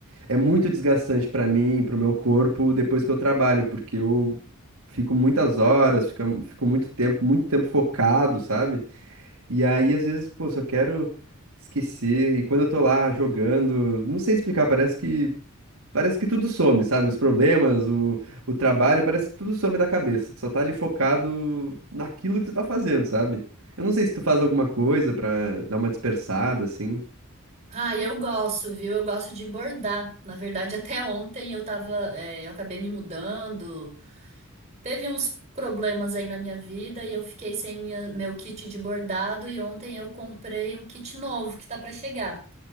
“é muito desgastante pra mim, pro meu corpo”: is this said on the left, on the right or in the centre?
Right